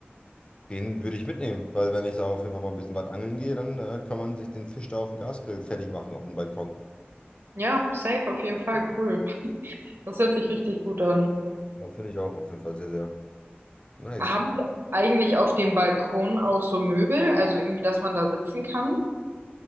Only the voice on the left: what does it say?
den würde ich mitnehmen, weil wenn ich da auf jeden Fall mal ein bisschen weit angeln gehe, dann äh, kann man sich den Fisch da auf dem Gasgrill fertig machen, auf dem Balkon.
Ja, finde ich auch auf jeden Fall sehr, sehr nice.